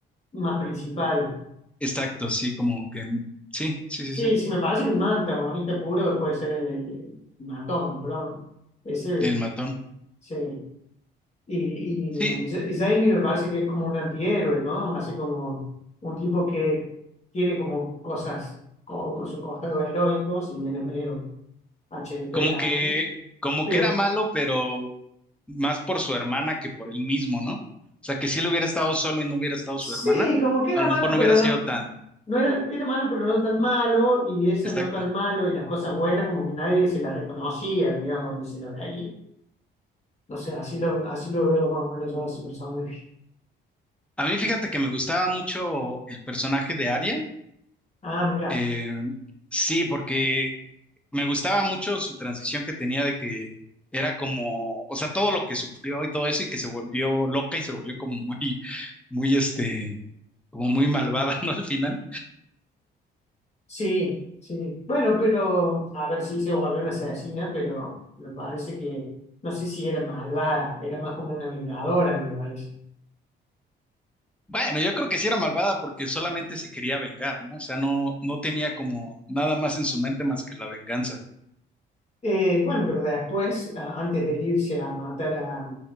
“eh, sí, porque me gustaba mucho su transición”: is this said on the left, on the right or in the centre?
Centre